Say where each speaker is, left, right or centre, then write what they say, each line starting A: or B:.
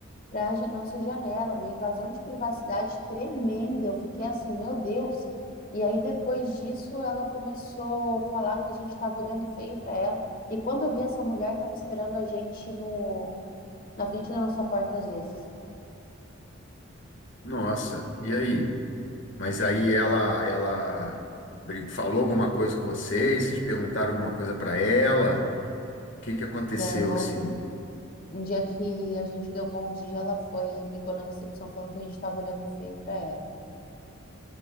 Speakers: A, on the left; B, on the left.
A: para a nossa janela, uma invasão de privacidade tremenda. Eu fiquei assim, meu Deus. E aí depois disso, ela começou a falar que a gente estava olhando feio para ela. E quando eu vi essa mulher, estava esperando a gente no, na frente da nossa porta às vezes.
B: Nossa, e aí? Mas aí ela ela bri- falou alguma coisa com vocês? Vocês perguntaram alguma coisa para ela? O que que aconteceu
A: Não.
B: assim?
A: Um dia que a gente deu bom dia, ela foi e ligou na recepção falando que a gente estava olhando feio para ela.